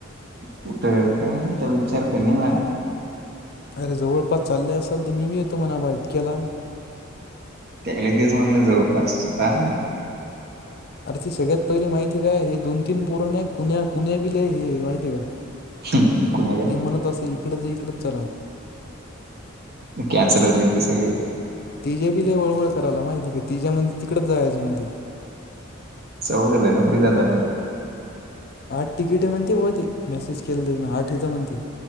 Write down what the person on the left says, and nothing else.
अरे जवळपास चालले असाल तर मी बी येतो म्हणा मा इतक्याला
अरे ती सगळ्यात पहिली माहिती काय हे दोन तीन पोरण आहे कुण्या कुण्या बिल आहे हे माहिती काय
ते म्हणत अस इकडच इकडच चला
तिजे बिले वळवळ करायला माहिती का तिच्या्या म्हण तिकच जायचं म्हणती
आठ तिकीट आहे म्हणते ब ते मेसेज केलं त्या आठ इथं म्हणते